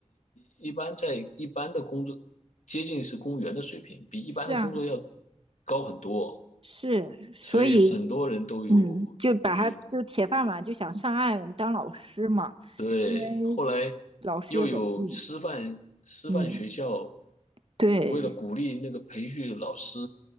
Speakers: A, on the left; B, on the right.
A: 一般在一般的工作接近是公务员的水平，比一般的工作要
B: 是啊，
A: 高很多。
B: 是，所以
A: 所以很多人都有去
B: 嗯，就把他就铁饭碗，就想上岸当老师嘛，
A: 对，
B: 因为
A: 后来
B: 老师也稳定。
A: 又有师范师范学校，
B: 嗯，对，
A: 为了鼓励那个培训老师，